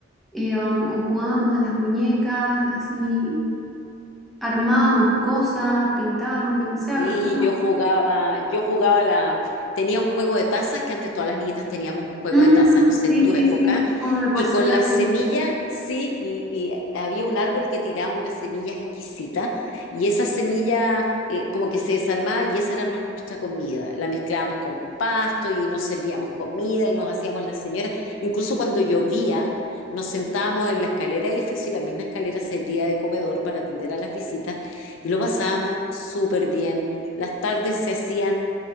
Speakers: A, in the centre; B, on the left.
A: eh, um, o jugábamos a las muñecas, así armábamos cosas, pintábamos lo que sea,
B: Sí,
A: pero es como
B: yo jugaba, yo jugaba la, tenía un juego de tazas, que antes todas las niñitas teníamos un juego
A: Mm,
B: de tazas, no sé,
A: sí,
B: en tu
A: sí,
B: época,
A: sí, como de porcelana.
B: y con la semilla, sí, y, y había un árbol que tiraba unas semillas exquisitas, y esas semillas eh, como que se desarmaban y esa era nuestra comida, la mezclábamos con pasto y nos servíamos comida y nos hacíamos las señoras, incluso cuando llovía, nos sentábamos en la escalera de edificio y la misma escalera servía de comedor para atender a las visitas. Y lo pasábamos súper bien. Las tardes se hacían